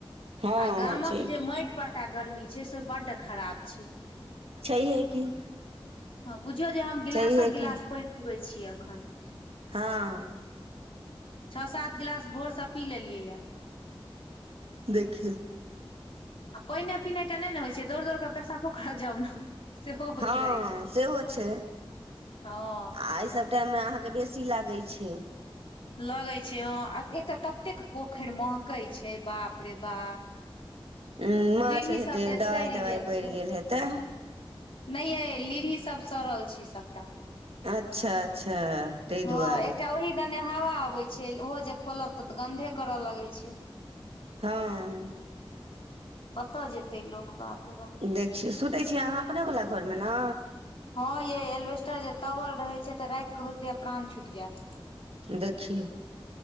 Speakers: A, on the right; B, on the left.
A: हँ
B: आ
A: हँ
B: गामक
A: ठीक
B: जे माटि परका गर्मी छैय से बड्ड खराब छैय।
A: छैहै की।
B: हँ बुझियौ जे हम गिलासक
A: छैहे
B: गिलास
A: की
B: पानि पीबै छियै एखन।
A: हँ
B: छओ सात गिलास भोरसँ पी लेलियै यऽ।
A: देखियौ।
B: आ पईने पिनाइ टा नहि ने होइ छैय दौड़ दौड़ के पेसापो करऽ जाउ ने। सेहो होइत
A: हँ
B: रहै छै
A: सेहो छैय
B: हँ
A: आ एहि सब टाइममे अहाँके बेसी लागै छैय।
B: लगय छैय ह एकटा ततेक पोखरि महकई छैय बाप रे बा।
A: उ माछ
B: लीढ़ी सभ
A: हेतै
B: जे
A: दवाइ
B: सड़ि
A: तवाइ
B: गेल
A: पड़ि
B: छैय।
A: हेतै
B: नहि अइ लीढ़ी सभ सड़ल छैय सभटा।
A: अच्छा अच्छा ताहि
B: हँ
A: दुआरे।
B: एकटा ओहि दने हवा अबय छैय ओहो जे खोलब तऽ गंधे करऽ लगय छैय।
A: हँ
B: कतऽ जेतै लोक बाप र बाप।
A: देखयौ सुतै छियै अहाँ अपने वला घरमे ने?
B: हँ येय एलबेस्टर जे तबल रहे छैय तऽ राति केऽ होतरहय या प्राण छुटि जायत।
A: देखियौ।